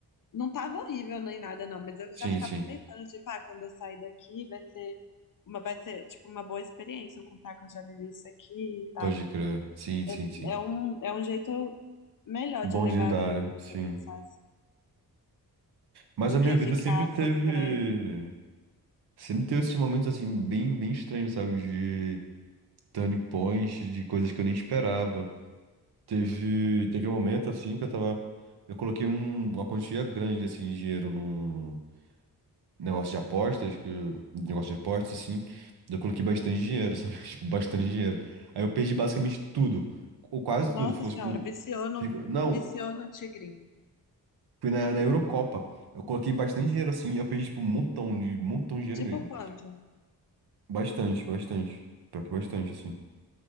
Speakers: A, on the left; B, on the right.
A: Não tava horrível nem nada, não, mas eu
B: Sim,
A: já ficava
B: sim.
A: pensando, tipo, ah, quando eu sair daqui vai ser uma, vai ser, tipo, uma boa experiência eu contar que eu já vivi isso aqui e tal.
B: Pode crer. Sim,
A: Eu-
B: sim, sim.
A: é um, é um jeito melhor
B: Bom
A: de levar
B: de lidar,
A: a vida,
B: né?
A: você
B: Sim.
A: pensar assim,
B: Mas
A: do
B: a minha
A: que
B: vida
A: ficar
B: sempre teve.
A: sofrendo.
B: Sempre teve esses momentos assim, bem, bem estranhos, sabe? De turning points, de coisas que eu nem esperava. Teve, teve um momento assim que eu tava. Eu coloquei um- uma quantia grande assim, de dinheiro no negócio de apostas, que, eu- negócio de apostas, assim. Eu coloquei bastante dinheiro, sabe? <laughs> Tipo, bastante dinheiro. Aí eu perdi basicamente tudo. Ou quase
A: Nossa
B: tudo. Ficou
A: Senhora,
B: tipo um.
A: viciou no,
B: Fico, não,
A: viciou no tigrinho.
B: fui na, na Eurocopa. Eu coloquei bastante dinheiro assim, eu perdi tipo um montão de, um montão de dinheiro
A: Tipo
B: mesmo.
A: quanto?
B: Bastante, bastante. Pior que bastante, assim.